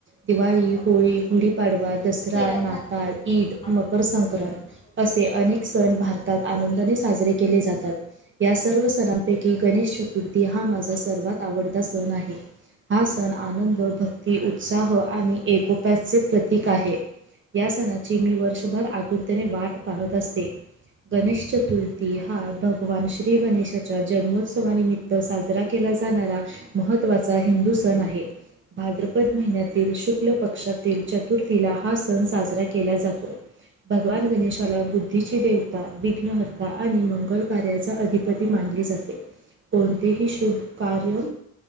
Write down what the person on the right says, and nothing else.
दिवाळी, होळी, गुढीपाडवा, दस रा,
नाताळ,
ईद, मकर
संक्रांत
असे अनेक सण भारतात आनंदाने साजरे केले जातात. या सर्व सणांपैकी गणेश चतुर्थी हा माझा सर्वात आवडता सण आहे. हा सण आनंद, भक्ती, उत्साह आणि एकोप्याचे प्रतीक आहे. या सणाची मी वर्षभर आतुरतेने वाट पाहत असते. गणेशचतुर्थी हा भगवान श्री गणेशा च्या जन्मोत्सवानिमित्त साजरा केला जाणारा महत्त्वाचा हिंदू सण आहे. भाद्रपद महिन्यातील शुक्ल पक्षातील चतुर्थीला हा सण साजरा केला जातो. भगवान गणेशाला बुद्धीची देवता, विघ्नहर्ता आणि मंगल कार्याचा अधिपती मानली जाते. कोणतेही शुभ कार्य